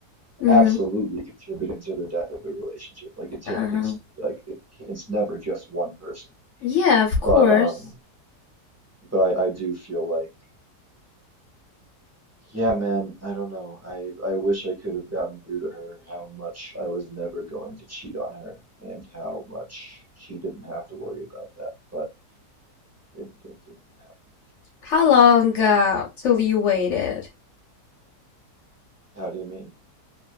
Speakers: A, on the left; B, on the right.
A: Mm-hmm.
B: absolutely contributed to the death of the relationship. Like, it
A: Uh-huh.
B: takes, like, it, it's never just one person.
A: Yeah, of course.
B: But, um, but I, I do feel like, Yeah, man, I don't know. I I wish I could have gotten through to her how much I was never going to cheat on her and how much she didn't have to worry about that, but it it didn't happen.
A: How long uh till you waited?
B: How do you mean?